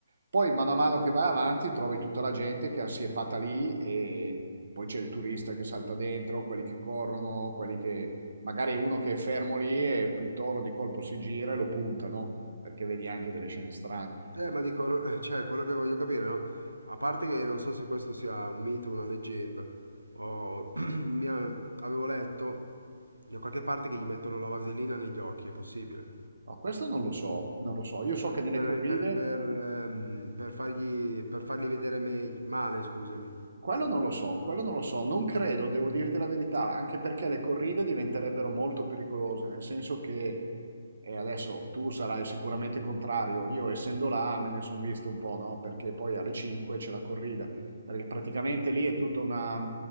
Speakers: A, on the right; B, on the right.
A: Poi mano a mano che vai avanti trovi tutta la gente che è assiepata lì e poi c'è il turista che salta dentro, quelli che corrono, quelli che magari uno che è fermo lì e il toro di colpo si gira e lo punta, no? Perché vedi anche delle scene strane.
B: eh, ma dico, <laughs> cioè, quello che voglio capire, no? A parte che non so se questo sia un mito o una leggenda, o <clears throat> mi ha- avevo letto da qualche parte che gli mettono la vaselina negli occhi, è possibile?
A: No, questo non lo so, non lo so. Io so
B: Per,
A: che nelle
B: per-
A: corride,
B: per- per, ehm, per fargli, per farli vedere me- male, scusami.
A: quello non lo so, quello non lo so. Non credo, devo dirti la verità, anche perché le corride diventerebbero molto pericolose, nel senso che E adesso tu sarai sicuramente contrario. Io, essendo là, me ne sono visto un po', no? Perché poi alle 5 c'è la corrida. Perché praticamente lì è tutta una,